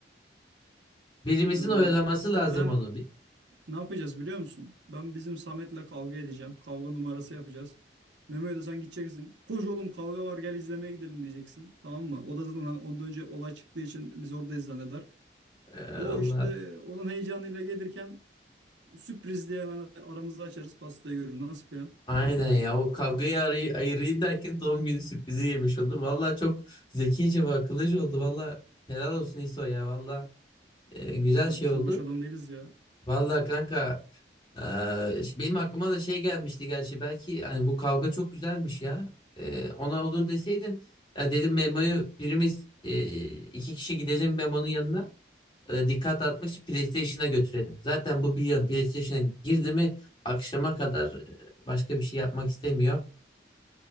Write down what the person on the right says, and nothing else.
e,
ben
ne yapacağız biliyor musun? Ben bizim Samet'le kavga edeceğim. Kavga numarası yapacağız. Memo'ya da sen gideceksin. Koş oğlum kavga var gel izlemeye gidelim diyeceksin. Tamam mı? O da zaten hani ondan önce olay çıktığı için biz oradayız zanneder.
O
işte onun heyecanıyla gelirken sürpriz diye hemen aramızda açarız pastayı görür. Nasıl ya?
Abi
biz
de boş adam değiliz ya.